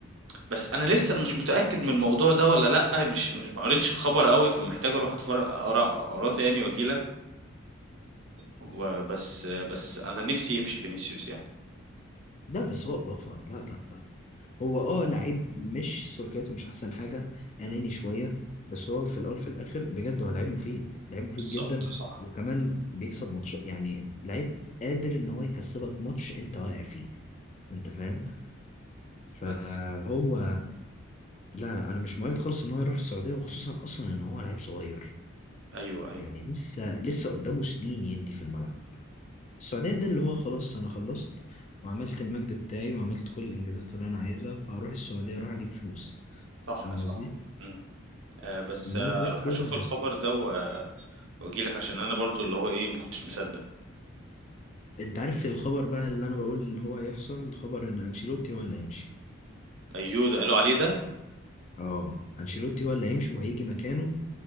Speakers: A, on the right; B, on the left.
A: بس أنا لسه أنا مش متأكد من الموضوع ده والّا لأ، مش مش ما قريتش الخبر أوي، فمحتاج أروح أتفر أقرا أقراه تاني وأجي لك، وبس بس أنا نِفْسي يمشي فينيسيوس يعني.
B: ده بس هو اضافة لا لا لا هو اه لعيب مش سلوكياته مش احسن حاجه اناني
A: إمم،
B: شويه بس هو في الاول في الاخر بجد هو لعيب مفيد لعيب مفيد
A: بالضبط
B: جدا
A: صح،
B: وكمان بيكسب ماتش يعني لعيب قادر ان هو يكسبك ماتش انت واقع فيه انت فاهم فهو
A: بس
B: لا لا انا مش مؤيد خالص ان هو يروح السعوديه وخصوصا اصلا ان هو لعيب صغير
A: أيوه، أيوه،
B: يعني لسه لسه قدامه سنين يدي في الملعب السعوديه ده اللي هو خلاص انا خلصت وعملت المجد بتاعي وعملت كل الانجازات اللي انا عايزها فهروح السعوديه اروح اجيب فلوس
A: صح،
B: فاهم
A: صح،
B: قصدي
A: إمم، آآ، بس
B: انما
A: آه
B: غير
A: أروح
B: كده
A: أشوف الخبر ده و وأجي لك عشان أنا برضه اللي هو إيه، ما كنتش مصدّق،
B: انت عارف الخبر بقى اللي انا بقول اللي هو هيحصل خبر ان انشيلوتي هو اللي هيمشي
A: أيوه، ده قالوا عليه ده!
B: اه انشيلوتي هو اللي هيمشي وهيجي مكانه